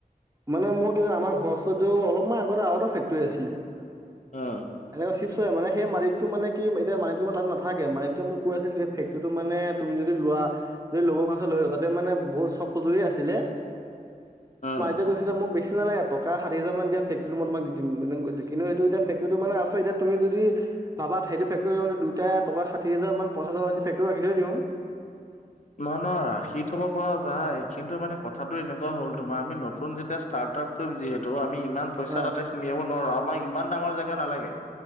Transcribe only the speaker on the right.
মানে মোৰ কি আমাৰ ঘৰ ওচৰতে অলপমান আগতে আৰু এটা ফেক্টৰী আছিলে
এনেকুৱা চিপছ্ মানে সেই মালিকটো মানে কি এতিয়া মালিকটো মানে তাত নাথাকে মালিকটো মোক কৈ আছিল ফেক্টৰীটো মানে তুমি যদি লোৱা যদি ল'বলৈ মন আছে লৈ লোৱা তাতে মানে বহুত চব সজুলি আছিলে
যে কৈছিলে মোক বেছ টো নালাগে ষাঠিহাজাৰ মান দিয়া ফেক্টৰীটো মই তোমাক দি দিম, মানে কৈছে কিন্তু সেটো এতিয়া ফক্টৰীটো মানে আছে এতিয়া তুমি যদি ভাবা সেইটো ফেক্টৰীটো মানে দুইটা টকা ষাঠি হাজাৰ মান প‌ইচা জমাদি ফেক্টৰীটো ৰাখি থৈ দিওঁ।
অ,